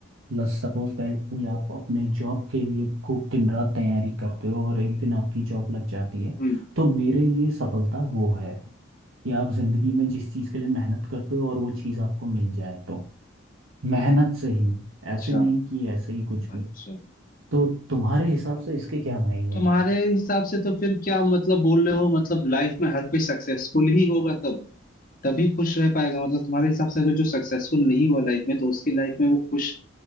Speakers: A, on the right (about 80°); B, on the left (about 40°).
A: लेट्स सपोज दैट कि आप अपने जॉब के लिए खूब दिन रात तैयारी करते हो और एक दिन आपकी जॉब लग जाती है
B: हम्म
A: तो मेरे लिए सफलता वो है कि आप जिंदगी में जिस चीज के लिए मेहनत करते हो और वो चीज आपको मिल जाए तो मेहनत से ही ऐसे
B: अच्छा
A: नहीं कि ऐसे ही कुछ
B: अच्छा
A: भी तो तुम्हारे हिसाब से इसके क्या मायने
B: तुम्हारे
A: हैं
B: हिसाब से तो फिर क्या मतलब बोल रहे हो मतलब लाइफ में हर कोई सक्सेसफुल ही होगा तब तभी खुश रह पाएगा मतलब तुम्हारे हिसाब से अगर जो सक्सेसफुल नहीं हुआ लाइफ में तो उसकी लाइफ में वो खुश